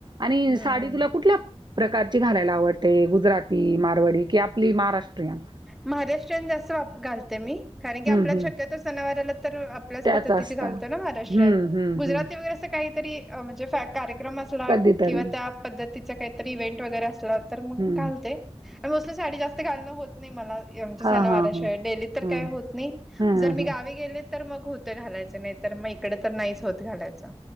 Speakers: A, on the right; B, in the centre.
A: आणि
B: हम्म
A: साडी
B: हम्म
A: तुला कुठला प्रकारची घालायला आवडते गुजराती, मारवडी कि आपली महाराष्ट्रीयन.
B: महाराष्ट्रन जास्त वा घालते मी कारण की
A: हम्म
B: आपल्या
A: हम्म
B: शक्यतो सणावारला तर आपल्याला
A: त्याच
B: पद्धतीचे
A: असता
B: घालते
A: हम्म
B: महाराष्ट्रीयन
A: हम्म
B: गुजराती
A: हम्म
B: वगैरे काहीतरी म्हणजे कार्यक्रम असले. पुना
A: कधीतरी
B: किंवा त्या पद्धतीचा काहीतरी इव्हेंट वगैरे असलात. तर मग
A: हम्म.
B: घालते मोस्ली साडी जास्त घालण होत नाही मला. आमच्या
A: हा
B: सणावारशिवाय
A: हा हा
B: डेलीत तर
A: हा
B: काय होत नाही
A: हा
B: जर मी
A: ह
B: गावी गेले तर मग होतं घालायचं नाही. तर मग इकड तर नाहीच होत घाला. याचा,